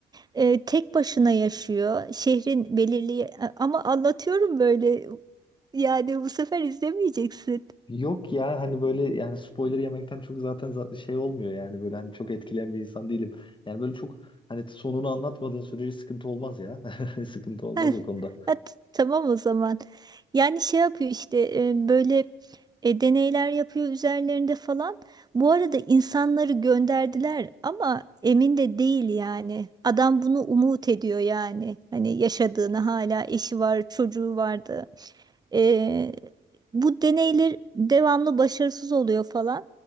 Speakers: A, on the right (about 20°); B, on the left (about 25°).
A: Ee, tek başına yaşıyor. Şehrin belirli ama anlatıyorum böyle. Yani bu sefer izlemeyeceksin.
B: Yok ya hani böyle yani spoiler yemekten çok zaten za- şey olmuyor yani böyle hani çok etkileyen bir insan değilim. Yani böyle çok hani sonunu anlatmadığın sürece sıkıntı olmaz ya. <laughs> Sıkıntı olmaz
A: <laughs>
B: o konuda.
A: Ha, t- tamam o zaman. Yani şey yapıyor işte e, böyle e, deneyler yapıyor üzerlerinde falan. Bu arada insanları gönderdiler ama emin de değil yani. Adam bunu umut ediyor yani. Hani yaşadığını hala eşi var, çocuğu vardı. E, bu deneyler devamlı başarısız oluyor falan.